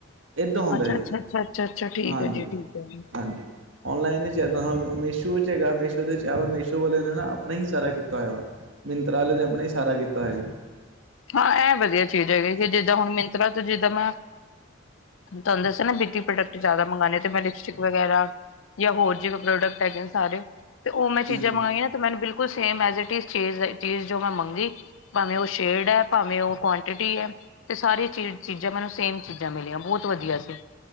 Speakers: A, on the right; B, on the left.
A: ਏਦਾਂ ਹੁੰਦਾ
B: ਅੱਛਾ
A: ਜੀ,
B: ਅੱਛਾ ਅੱਛਾ ਅੱਛਾ ਅੱਛਾ ਠੀਕ
A: ਹਾਂਜੀ-ਹਾਂਜੀ।
B: ਹੈ ਜੀ ਠੀਕ ਹੈ
A: ਔਨਲਾਈਨ ਚ ਐਦਾ ਮੀਸ਼ੋ ਚ ਹੈਗਾ, ਮੀਸ਼ੋ-ਮੀਸ਼ੋ ਵਾਲਿਆਂ ਆਪਣਾ ਹੀ ਸਾਰਾ ਕੀਤਾ ਹੋਇਆ ਵਾ, ਮਿੰਤਰਾਲੇ ਨੇ ਆਪਣਾ ਹੀ ਸਾਰਾ ਕੀਤਾ। ਤਾ ਏ।
B: ਹਾਂ ਇਹ ਵਧੀਆ ਚੀਜ਼ ਹੈਗੀ, ਜਿੱਦਾਂ ਹੁਣ ਮਿੰਤਰਾ ਤੋਂ ਜਿੱਦਾਂ ਮੈਂ। ਤੁਹਾਨੂੰ ਦੱਸ ਨਾ ਬੀਤੀ ਪ੍ਰੋਡਕਟ ਜ਼ਿਆਦਾ ਮੰਗਉਣੇ ਤੇ ਮੈਂ ਲਿਪਸਟਿਕ ਵਗੈਰਾ। ਜਾਂ ਹੋਰ ਜਿਵੇ ਪ੍ਰੋਡਕਟ ਹੈਗੇ ਨੇ ਸਾਰੇ, ਤੇ ਉਹ ਮੈਂ ਚੀਜ਼ਾਂ
A: ਜੀ ਜੀ
B: ਮੰਗਵਾਈਆਂ ਨਾ ਤੇ ਮੈਨੂੰ ਬਿਲਕੁਲ ਸੇਮ ਐਜਟ ਚੀਜ਼-ਚੀਜ਼ ਜੋ ਮੈਂ ਮੰਗੀ ਭਾਵੇੈਂ ਉਹ ਸ਼ੇੜ ਹੈ ਭਾਵੇਂ ਉਹ ਕੁਆਂਟਿਟੀ ਹੈ। ਤੇ ਸਾਰੇ ਚੀ ਚੀਜ਼ਾਂ ਮੈਨੂੰ ਸੇਮ ਚੀਜ਼ਾਂ ਮਿਲੀਆਂ ਬਹੁਤ ਵਧੀਆ ਸੀ।